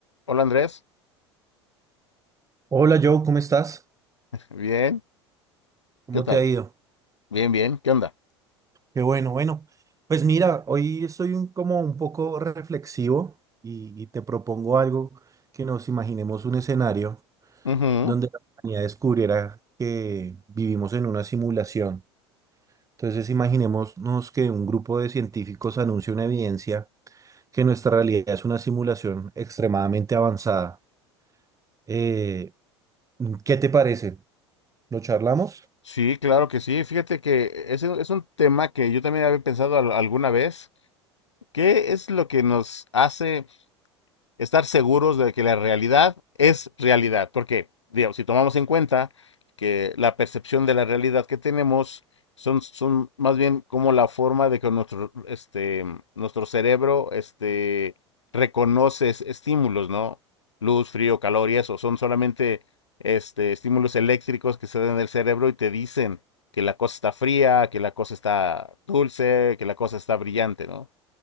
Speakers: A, on the left (about 80°); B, on the right (about 20°).
A: Hola Andrés,
B: Hola Joe, ¿cómo estás?
A: bien,
B: ¿Cómo
A: ¿qué tal?
B: te ha ido?
A: Bien, bien, ¿qué onda?
B: Qué bueno, bueno. Pues mira, hoy estoy un- como un poco reflexivo y, y te propongo algo que nos imaginemos un escenario
A: Ujú.
B: donde la humanidad descubriera que vivimos en una simulación. Entonces imaginémonos que un grupo de científicos anuncia una evidencia que nuestra realidad es una simulación extremadamente avanzada. Eh, ¿qué te parece? ¿Lo charlamos?
A: Sí, claro que sí. Fíjate que ese es un tema que yo también había pensado al- alguna vez. ¿Qué es lo que nos hace? estar seguros de que la realidad es realidad, porque digamos, si tomamos en cuenta que la percepción de la realidad que tenemos son, son más bien como la forma de que nuestro, este, nuestro cerebro este, reconoce estímulos, ¿no? Luz, frío, calor y eso, son solamente este, estímulos eléctricos que se dan en el cerebro y te dicen que la cosa está fría, que la cosa está dulce, que la cosa está brillante, ¿no?